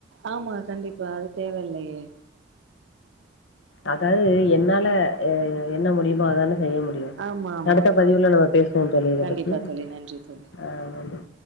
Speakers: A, on the right; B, on the left.
A: ஆமா கண்டிப்பா அது தேவ இல்லையே
B: அதாவது என்னால என்ன முடியுமோ அதான செய்ய முடியு
A: ஆமா ஆமா
B: அடுத்த பதிவுல நம்ம பேசுவோ தோழி இத
A: கண்டிப்பா
B: பத்தி நன்றி
A: தோழி தோழி
B: ஆ நன்றி